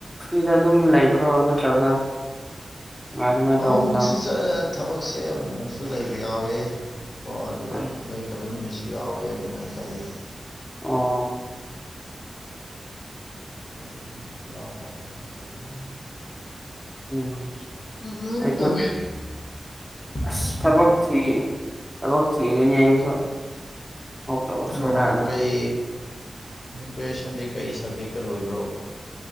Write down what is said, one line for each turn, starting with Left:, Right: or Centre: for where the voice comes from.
Centre: ꯐ꯭ꯔꯤꯗ ꯑꯗꯨꯝ ꯂꯩꯕ꯭ꯔꯣ ꯅꯠꯇ꯭ꯔꯒ ꯀꯃꯥꯏ ꯀꯃꯥꯏ
Left: ꯑꯃꯣꯛ
Centre: ꯇꯧꯕꯅꯣ
Left: ꯃꯨꯛꯁꯨ ꯆꯠꯑꯦ ꯊꯕꯛꯁꯦ ꯑꯃꯨꯛꯃꯨꯛꯁꯨ ꯂꯩꯕ ꯌꯥꯎꯋꯦ ꯀꯣ ꯑꯗꯨꯒ
Centre: ꯎꯝ
Left: ꯇꯕ ꯅꯨꯃꯤꯠꯁꯨ ꯌꯥꯎꯋꯦ ꯑꯗꯨꯃꯥꯏꯅ ꯇꯧꯋꯤ
Centre: ꯑꯣ
Left: ꯂꯩꯕꯗꯃꯁꯨ ꯌꯥꯎꯕ ꯂꯩꯇꯕꯁꯨ ꯌꯥꯎꯏ <unintelligible>
Centre: ꯎꯝ ꯑꯩꯁꯨ ꯑꯁ ꯊꯕꯛ
Left: ꯎꯝ
Centre: ꯊꯤ ꯊꯕꯛ ꯊꯤꯔꯅꯤ ꯑꯩꯁꯨ ꯇꯧꯁꯤꯔꯅ
Left: ꯑꯣ ꯀꯩ ꯒ꯭ꯔꯦꯅꯣꯏꯁꯟꯗꯤ ꯀꯩ ꯁꯕꯖꯦꯛꯇ ꯂꯣꯏꯕ꯭ꯔꯣ